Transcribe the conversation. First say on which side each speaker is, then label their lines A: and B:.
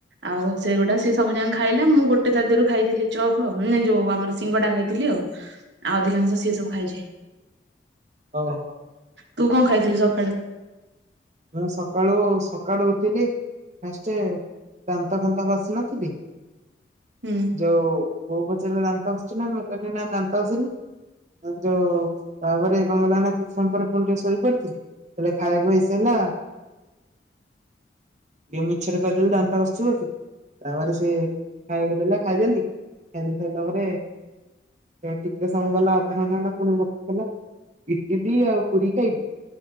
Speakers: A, on the right; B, on the right.
A: ଆଉ ସେଗୁଡା ସିଏ ସବୁ ଯାଙ୍କ ଖାଇଲା। ମୁଁ ଗୋଟେ ତା ଦେହରୁ ଖାଇଥିଲି ଚପ୍ ଆଉ ନା ଯୋଉ ଆମର ସିଙ୍ଗଡ଼ା ଖାଇ ଥିଲି ଆଉ। ଆଉ ଅଧିକାଂଶ ସିଏ ସବୁ ଖାଇଚି।
B: <unintelligible>
A: ତୁ କଣ ଖାଇଥିଲୁ ସକାଳୁ?
B: ମୁଁ ସକାଳୁ ସକାଳୁ ଉଠିଲି ଫାଷ୍ଟ ଦାନ୍ତ ଫାନ୍ତ ଖସି ନଥିଲି
A: ହୁଁ।
B: ଯୋଉ ବୋଉ ପଚାରିଲା ଦାନ୍ତ ଘଷିଚୁ ନା ମୁଁ କହିଲି ନା ଦାନ୍ତ ଘଷିନି। ଯଉ ତାପରେ କଣ ହେଲା ନା କିଛି ସମୟ ପରେ ପୁଣି ଟିକେ ଶୋଇପଡିଥିଲି କହିଲେ ଖାଇବାକୁ ହେଇ ହେଲା। ଇଏ ମିଛରେ କହିଦେଲେ ଦାନ୍ତ ଘଷିଚି ବୋଲି। ତାପରେ ସେ ଖାଇବାକୁ ଦେଲା ଖାଇଦେଲି। ଖାଇଦେଇ ସାରିଲା ପରେ ଟିକେ ସମୟ ଗଲା ଅଧଘଣ୍ଟା ଖଣ୍ଡେ ପୁଣି ଭୋକ କଲା। ଇଟିଲି ଆଉ ପୁରୀ ଖାଇଲିି